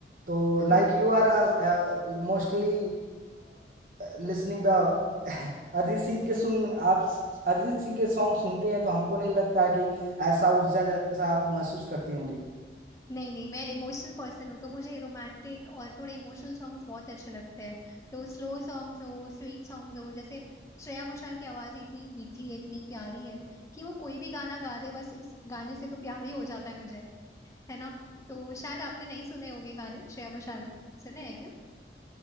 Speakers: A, on the right (about 50°); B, on the left (about 20°).
A: तो like
B: हाँ
A: you
B: ये
A: are mostly listening the <laughs> Arijit Singh के सुन आप अरिजीत सिंह के सॉन्ग सुनते हैं तो हमको नहीं लगता है कि ऐसा ऊर्जा जैसा आप महसूस करती होंगी
B: नहीं नहीं मैं इमोशनल पर्सन हूँ तो मुझे रोमांटिक और थोड़े इमोशनल सॉन्ग्स बहुत अच्छे लगते हैं तो स्लो सॉन्ग्स हो स्वीट सॉन्ग्स हो जैसे श्रेया घोषाल की आवाज ही इतनी मीठी है इतनी प्यारी है कि वो कोई भी गाना गा दे बस उस गाने से तो प्यार ही हो जाता है मुझे है ना तो शायद आपने नहीं सुने होंगे गाने श्रेया घोषाल के सुने हैं क्या